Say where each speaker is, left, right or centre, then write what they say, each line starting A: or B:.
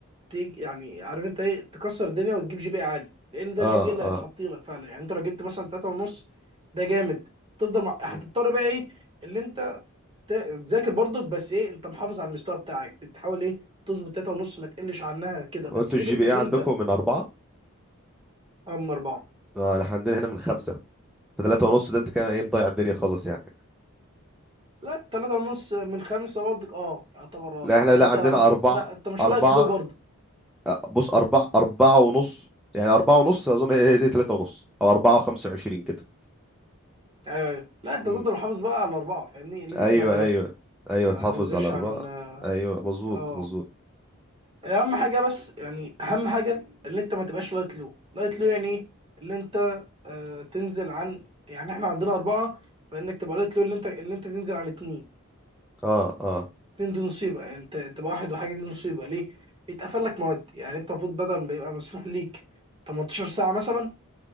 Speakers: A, on the right (about 25°); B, in the centre.
A: تيجي يعني عارف انت ايه تكسر الدنيا وتجيب جي بي إيه عالي لان ده
B: اه
A: الجي بي إيه اللي
B: اه
A: هيتحط لك فعلا يعني انت لو جبت مثلا 3 ونص ده جامد تفضل مع... هتضطر
B: مم.
A: بقى ايه اللي انت ت- تذاكر برضك بس ايه انت محافظ على المستوى بتاعك بتحاول ايه تظبط 3 ونص ما تقلش عنها كده بس
B: هو انتوا
A: فكره
B: الجي بي
A: ان
B: اي عندكم
A: انت
B: من اربعه
A: اه من اربعه
B: آه احنا عندنا هنا من خمسه فثلاثة ونص ده انت كده ايه مضيع الدنيا خالص يعني
A: لا 3 ونص من خمسه برضك اه يعتبر اه
B: لا احنا
A: يعني
B: لا
A: انت
B: عندنا
A: ممكن
B: اربعه
A: لا انت مش
B: اربعه
A: لايت لو برضك
B: آه، بص أربعة أربعة ونص يعني أربعة ونص أظن هي هي زي تلاتة ونص أو أربعة وخمسة وعشرين كده
A: ايوه ايوه لا انت
B: مم.
A: تفضل محافظ بقى على اربعه فاهمني اللي انت
B: أيوه
A: تبقى ثلاثه
B: أيوه أيوه
A: يعني
B: تحافظ
A: ما تنزلش
B: على أربعة
A: عن
B: أيوه مظبوط
A: اه
B: مظبوط
A: اهم حاجه بس يعني اهم حاجه ان انت ما تبقاش لايت لو لايت لو يعني ايه ان انت آه تنزل عن يعني احنا عندنا اربعه فانك تبقى لايت لو ان انت ان انت تنزل عن اتنين
B: أه أه
A: اتنين دي نصيبه يعني انت تبقى واحد وحاجه دي نصيبه ليه بيتقفل لك مواد يعني انت المفروض بدل ما يبقى مسموح ليك 18 ساعه مثلا